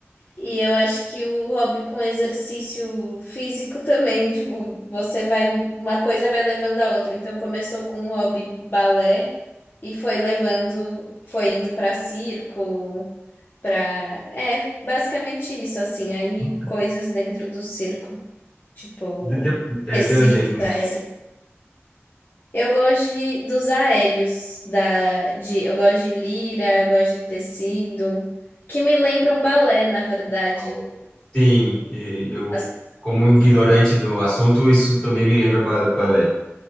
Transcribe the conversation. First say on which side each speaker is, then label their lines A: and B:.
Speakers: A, on the left; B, on the left.
A: E eu acho que o hobby com exercício físico também, tipo, você vai, uma coisa vai levando a outra. Então começou com o hobby balé e foi levando, foi indo pra circo, pra é, basicamente isso assim, aí
B: Nunca.
A: coisas dentro do circo, tipo
B: De- de- é,
A: tecidos
B: dê um exemplo no
A: aéreos. Eu gosto de- dos aéreos, da, de, eu gosto de lira, eu gosto de tecido, que me lembram balé, na verdade.
B: qual- Sim, e eu
A: As-
B: como ignorante
A: Assim.
B: do assunto, isso também me lembra ba- balé.